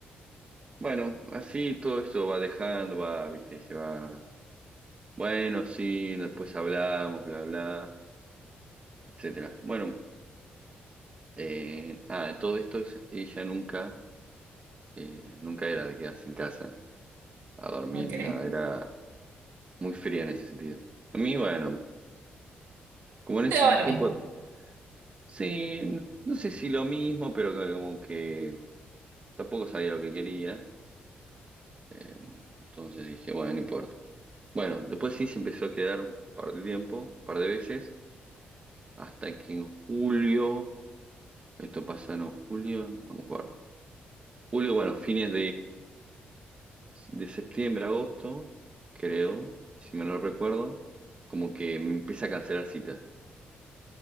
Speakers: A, on the right; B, on the right.
A: Bueno, así todo eso va dejando, va, viste, se va. Bueno, sí, después hablamos, bla, bla, etcétera. Bueno, eh, ah, todo esto ella ella nunca eh, nunca era de quedarse en casa a dormir
B: Ok.
A: ni nada, era muy fría en ese sentido. A mí, bueno, como en ese
B: Te daba lo
A: tiempo,
B: mismo.
A: sí, no, no sé si lo mismo, pero que- como que tampoco sabía lo que quería, eh, entonces dije, bueno, no importa. Bueno, después sí se empezó a quedar un par de tiempo, un par de veces, hasta que en julio, esto pasa, no, julio, no me acuerdo. Julio, bueno, fines de septiembre a agosto, creo, si me lo recuerdo, como que me empieza a cancelar citas.